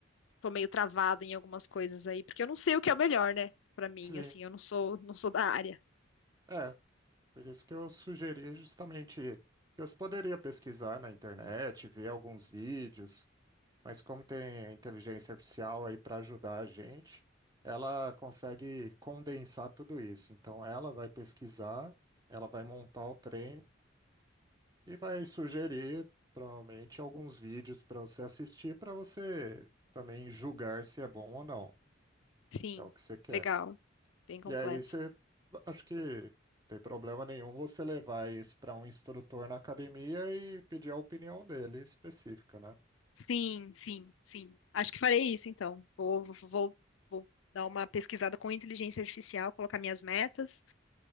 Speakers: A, on the left; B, on the right.
A: tô meio travada em algumas coisas aí, porque eu não sei o que é o melhor, né? Pra mim,
B: Sim,
A: assim, eu não sou, não sou da área.
B: é. Por isso que eu sugeri justamente que você poderia pesquisar na internet, ver alguns vídeos, mas como tem a inteligência artificial aí para ajudar a gente, ela consegue condensar tudo isso. Então ela vai pesquisar, ela vai montar o treino. E vai sugerir, provavelmente, alguns vídeos para você assistir, para você também julgar se é bom ou não.
A: Sim,
B: É o que você quer.
A: legal, bem completo.
B: E aí você, acho que não tem problema nenhum você levar isso para um instrutor na academia e pedir a opinião dele específica, né?
A: Sim, sim, sim. Acho que farei isso, então. Vou, vou, vou vou dar uma pesquisada com inteligência artificial, colocar minhas metas